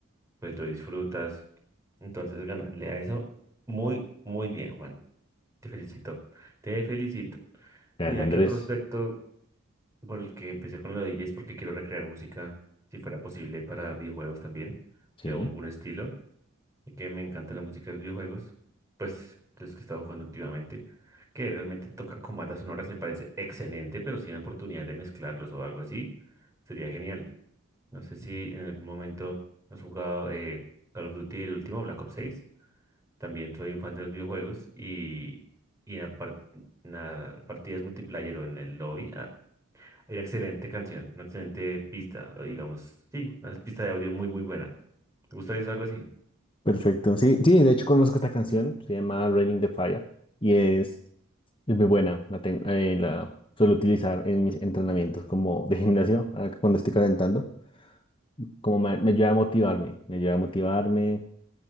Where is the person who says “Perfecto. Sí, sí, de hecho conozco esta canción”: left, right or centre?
Left